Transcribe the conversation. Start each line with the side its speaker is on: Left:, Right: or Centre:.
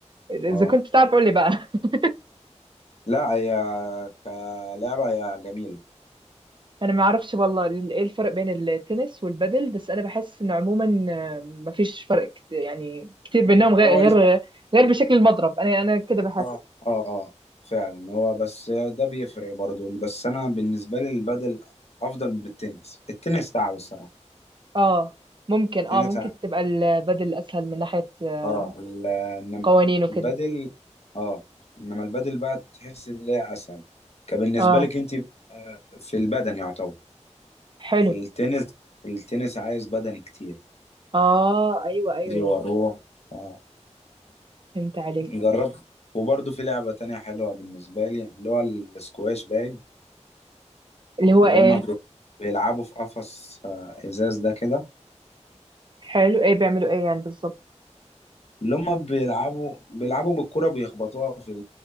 Right: اذا
Left: اه
Right: كنت تعرف قول لي بقى <laughs>
Left: لا هي كلعبة هي جميلة
Right: انا ما اعرفش والله ال- ايه الفرق بين التنس والبادل بس انا بحس ان عموما آه، ما فيش فرق كت- يعني كتير بينهم غير
Left: اول
Right: غير غير بشكل المضرب انا انا كده بحس
Left: اه اه اه فعلا هو بس ده بيفرق برضه بس انا بالنسبة لي البادل افضل من التنس التنس تعب الصراحة
Right: اه ممكن
Left: التنس
Right: اه ممكن تبقى البادل اسهل من ناحية آه،
Left: اه ال- انما
Right: قوانين وكده
Left: البدل اه انما البدل بقى تحس ان هي اسهل كبالنسبه
Right: اه
Left: لك انت آه، في البدن يعتبر
Right: حلو
Left: التنس التنس عايز بدني كتير
Right: اه ايوه ايوه
Left: اللي هو واروح اه
Right: فهمت عليك
Left: جربت وبرضه في لعبه تانية حلوه بالنسبه لي اللي هو السكواش باين
Right: اللي هو
Left: اللي
Right: ايه
Left: هم بيلعبوا في قفص آه، ازاز ده كده
Right: حلو ايه بيعملوا ايه يعني بالظبط
Left: اللي هم بيلعبوا بيلعبوا بالكرة بيخبطوها في